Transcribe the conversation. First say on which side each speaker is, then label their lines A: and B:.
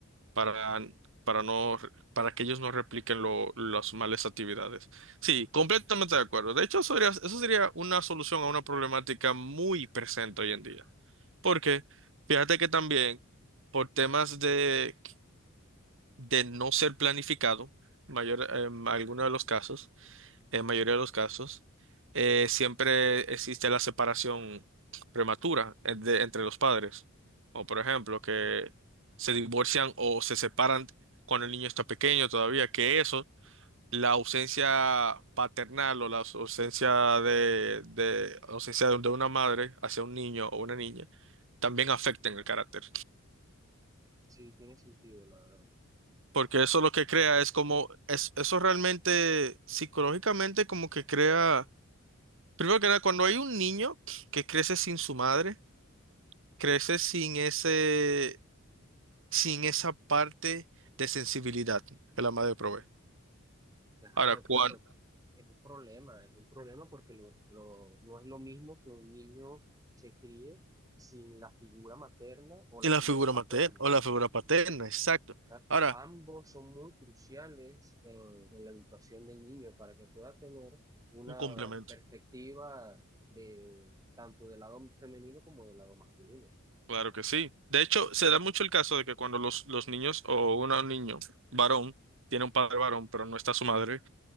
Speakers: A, on the right; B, on the right.
A: para, para no, para que ellos no repliquen lo- las malas actividades. Sí, completamente de acuerdo. De hecho, eso sería, eso sería una solución a una problemática muy presente hoy en día. Porque fíjate que también por temas de de no ser planificado, mayor, en algunos de los casos, en mayoría de los casos, eh, siempre existe la separación prematura en- de- entre los padres. O por ejemplo, que se divorcian o se separan cuando el niño está pequeño todavía, que eso, la ausencia paternal o la ausencia de, de ausencia de de una madre hacia un niño o una niña, también afecta en el carácter.
B: Sí, tiene sentido, la verdad.
A: Porque eso lo que crea es como, es, eso realmente psicológicamente como que crea, primero que nada, cuando hay un niño que crece sin su madre, crece sin ese, sin esa parte de sensibilidad que la madre provee.
B: Claro,
A: Ahora, cuando,
B: claro, e- es un problema, es un problema porque lo, lo- no es lo mismo que un niño se críe sin la figura materna o la
A: y la
B: figura
A: figura
B: paterna.
A: materna, o la figura paterna, exacto.
B: Exacto.
A: Ahora,
B: Ambos son muy cruciales en, en la educación del niño para que pueda tener una
A: un complemento.
B: perspectiva de tanto del lado femenino como del lado masculino.
A: Claro que sí. De hecho, se da mucho el caso de que cuando los, los niños o una- un niño varón tiene un padre varón, pero no está su madre,